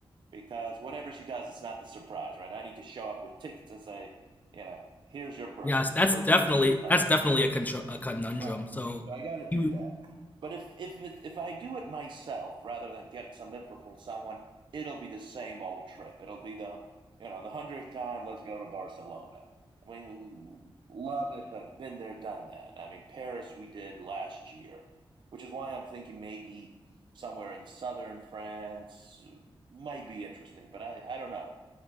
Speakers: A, on the right (about 55°); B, on the left (about 15°).
A: because whatever she does, it's not the surprise, right? I need to show up with tickets and say, you know, here's your birthday,
B: Yes,
A: and
B: that's
A: her birthday
B: definitely
A: is in the summer.
B: that's definitely a contr a conundrum.
A: Right.
B: So
A: I got to do
B: you
A: that. But if if it, if I do it myself rather than get some info from someone, it'll be the same old trip. It'll be the you know the hundredth time. Let's go to Barcelona. I mean, love it, but been there, done that. I mean, Paris we did last year, which is why I'm thinking maybe somewhere in southern France uh, might be interesting. But I I don't know.